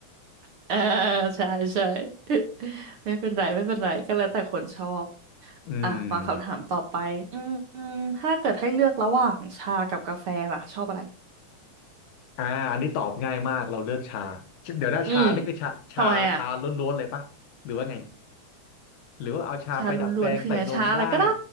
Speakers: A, on the right; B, on the left.
A: <laughs> อ่าใช่ใช่ <laughs> ไม่เป็นไรไม่เป็นไรก็แล้วแต่คนชอบ
B: <laughs> อืม
A: อ่ะมาคำถามต่อไปอืมอืมถ้าเกิดให้เลือกระหว่างชากับกาแฟล่ะชอบอะไร
B: อ่าอันนี้ตอบง่ายมากเราเลือกชาเดี๋ยวถ้าชานี่คือชาชาชาล้วนๆเลยปะหรือว่าไง
A: อืมทำไมอ่ะ
B: หรือว่าเอาชาไปดัดแปลงใส่นมได้
A: ชาล้วนๆคือไงชาอะไรก็ได้